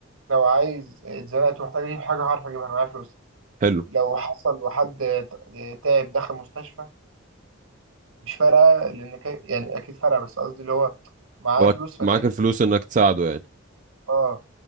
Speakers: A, on the right; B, on the right.
A: لو عايز اتزنقت ومحتاج اجيب حاجة هعرف اجيبها انا معايا فلوس
B: حلو
A: لو حصل وحد تعب دخل مستشفى مش فارقة لأن كا- يعني أكيد فارقة بس قصدي اللي هو معايا
B: لو
A: فلوس
B: معاك
A: فكده
B: الفلوس انك تساعده يعني
A: اه